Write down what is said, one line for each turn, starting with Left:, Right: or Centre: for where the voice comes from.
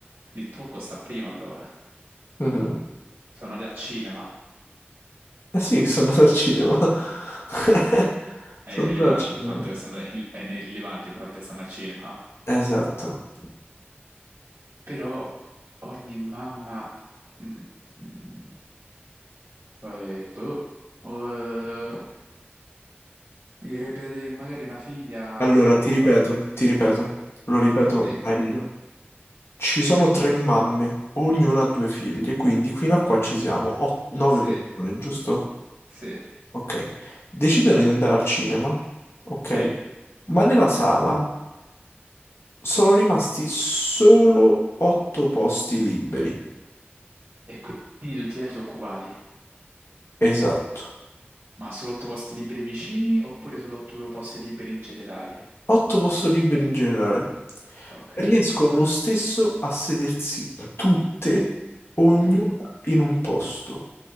Right: Il trucco sta prima allora.
Left: Mhm.
Right: Sono andati al cinema.
Left: Eh sì, sono <laughs> andato al cinema. <laughs>
Right: È
Left: Sono
Right: irrilevante
Left: andato al cinema.
Right: il fatto che stanno, <laughs> il- è irrilevante il fatto che stanno al cinema.
Left: Esatto.
Right: Però ogni mamma... mm, mm, eh, boh, eh, mi verrebbe da dire che magari una figlia
Left: Allora,
Right: occupa...
Left: ti ripeto, ti ripeto, lo ripeto
Right: Sì,
Left: meglio. Ci sono tre mamme, ognuna ha due figlie, quindi fino a qua ci siamo, ot- nove
Right: sì,
Left: persone, giusto?
Right: sì,
Left: Ok. Decidono di andare al cinema, ok?
Right: sì.
Left: Ma nella sala sono rimasti solo otto posti liberi.
Right: E quindi tutti gli altri occupati,
Left: Esatto.
Right: ma solo otto posti liberi vicini oppure solo otto posti liberi in generale?
Left: Otto posti liberi in generale.
Right: Ok.
Left: Riescono lo stesso a sedersi tutte, ognuna
Right: mhm.
Left: in un posto.